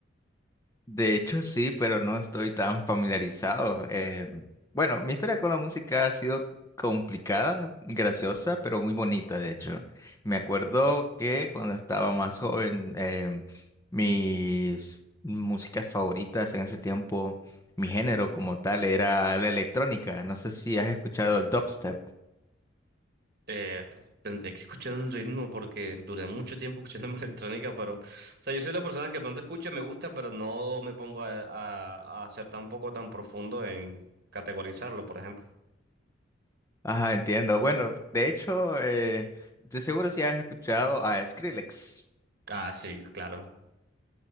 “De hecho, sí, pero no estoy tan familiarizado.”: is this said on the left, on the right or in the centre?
Left